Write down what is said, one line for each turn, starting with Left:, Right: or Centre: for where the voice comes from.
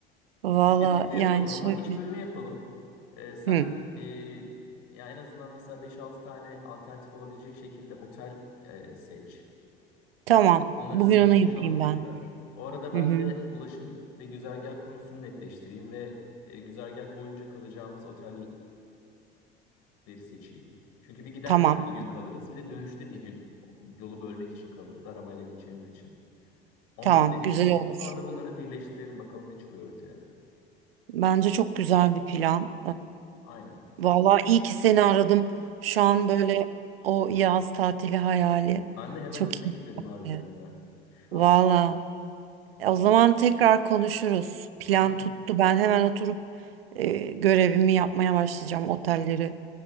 Right: Vallahi
Left: Bunu Kesinlikle yapalım.
Right: yani
Left: O
Right: şöyle.
Left: zaman iş bölümü yapalım. E, sen
Right: Hı,
Left: e, ya en azından mesela beş altı tane alternatif olabilecek şekilde otel e, seç.
Right: tamam.
Left: Onlar
Right: Bugün
Left: üstüne
Right: onu
Left: konuşalım
Right: yapayım
Left: tekrar.
Right: ben.
Left: O arada ben
Right: Hı hı.
Left: de ulaşım ve güzergah konusunu netleştireyim ve e, güzergah boyunca kalacağımız otelleri seçeyim. Çünkü bir giderken
Right: Tamam.
Left: bir gün kalırız, bir de dönüşte bir gün yolu bölmek için kalırız, arabayla gideceğimiz için. Onları
Right: Tamam.
Left: netleştireyim.
Right: Güzel olur.
Left: Sonra da bunları birleştirelim bakalım ne çıkıyor ortaya.
Right: Bence çok güzel bir plan.
Left: Aynen.
Right: Ee, vallahi iyi ki seni aradım. Şu an böyle o yaz tatili hayali
Left: Ben de hemen
Right: çok
Left: gitmek istedim harbiden
Right: iyi.
Left: ya. Şu
Right: Valla.
Left: an.
Right: E, O zaman tekrar konuşuruz. Plan
Left: Tamam,
Right: tuttu. Ben hemen oturup e, görevimi yapmaya başlayacağım. Otelleri